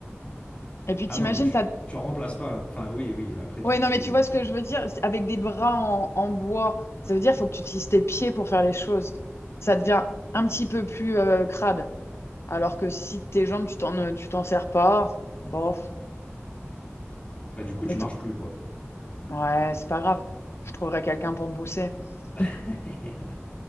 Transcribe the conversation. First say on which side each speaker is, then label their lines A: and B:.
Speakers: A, on the left; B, on the left.
A: Et puis
B: Ah
A: t'imagines,
B: non, mais tu,
A: t'as
B: tu remplaces pas. hein. Enfin, oui, oui, après,
A: Ouais,
B: tu,
A: non,
B: tu,
A: mais
B: oui.
A: tu vois
B: tu-
A: ce que je veux dire? c'est Avec des bras en, en bois, ça veut dire faut que tu utilises tes pieds pour faire les choses. Ça devient un petit peu plus euh, crade. Alors que si tes jambes, tu t'en euh, tu t'en sers pas, bof.
B: Bah, du coup,
A: Mais
B: tu marches
A: t-
B: plus, quoi.
A: ouais, c'est pas grave. Je trouverai quelqu'un pour me pousser. <laughs>
B: <laughs>